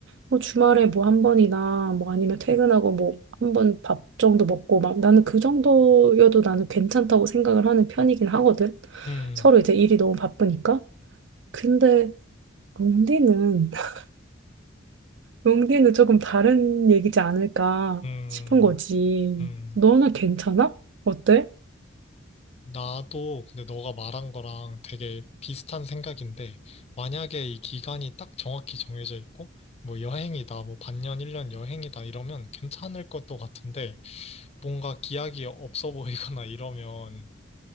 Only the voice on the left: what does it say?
음,
음,
음.
나도 근데 너가 말한 거랑 되게 비슷한 생각인데, 만약에 이 기간이 딱 정확히 정해져 있고, 뭐 여행이다, 뭐 반년, 1년 여행이다 이러면 괜찮을 것도 같은데, 뭔가 기약이 없어 보이거나 이러면